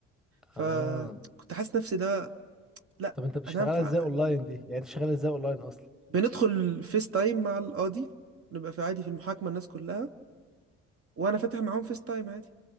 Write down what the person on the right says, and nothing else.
فكنت
حاسس نفسي ده لا
انا هنفع
بندخل فيس تايم مع القاضي نبقى في عادي في المحاكمة الناس كلها وانا فاتح معاهم فيس تايم عادي